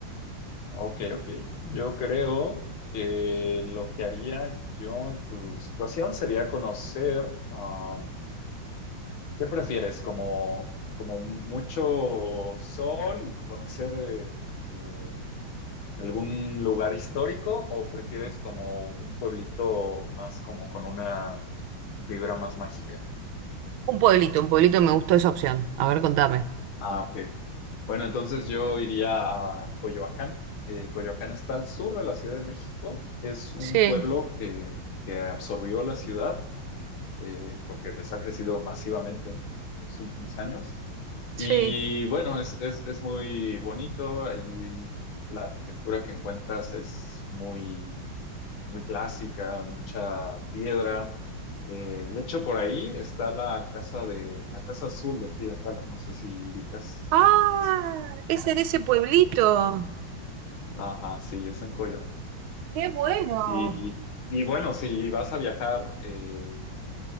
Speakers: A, on the left; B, on the right.
A: Ok, ok. Yo creo que lo que haría yo en tu situación sería conocer, ah, ¿qué prefieres? Como, como mucho sol y conocer eh, eh, algún lugar histórico o prefieres como un pueblito más como con una vibra más mágica?
B: Un pueblito, un pueblito me gustó esa opción. A ver, contame.
A: Ah, ok. Bueno, entonces yo iría a Coyoacán. Eh, Coyoacán está al sur de la Ciudad de México. Es un
B: Sí,
A: pueblo que, que absorbió la ciudad eh, porque pues ha crecido masivamente en, en los últimos años. Y
B: sí.
A: bueno, es, es, es muy bonito, ahí la arquitectura que encuentras es muy, muy clásica, mucha piedra. Eh, de hecho, por ahí está la casa de la casa azul de Frida Kahlo. No sé si ubicas
B: Ah,
A: esa casa.
B: es en ese pueblito.
A: Ajá, sí, es en Coyoacán.
B: Qué bueno.
A: Y, y bueno, si vas a viajar, eh,